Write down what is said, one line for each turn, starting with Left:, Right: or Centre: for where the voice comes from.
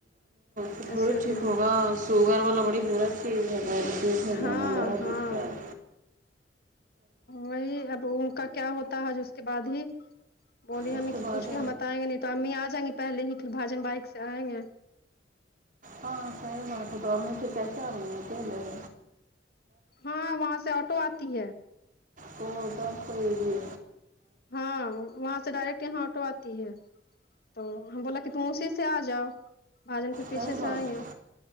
Right: تو تھوڑی
Left: اسی
Right: ٹھیک
Left: لیے
Right: ہوگا شوگر والا بڑی برا چیز ہے بڈ دیر میں جانا
Left: ہاں
Right: بڑا
Left: ہاں
Right: دچتا ہے
Left: وہی اب ان کا کیا ہوتا ہے ج اس کے بعد ہی بولی
Right: اس
Left: ہممی کی
Right: بعد
Left: پوھ کے ہم بتائیں گے نہیں تو امی آ جائیں گی پہل ہی پھر بھجن بائک سے آئیں گے
Right: ہاں صحیح بات ہے تو امی پھر کیسا <unintelligible> ے
Left: ہاں وہاں سے آٹو آتی ہے
Right: ہو سب ہوحی ہے
Left: ہاں وہاں سے ڈائریکٹ یہاں آٹو آتی ہے تو ہم بولا کہ تم اسی سے آ جاؤ بھاجن پھر پیچھے
Right: صحیح بات
Left: سے آئیں
Right: ہے
Left: گے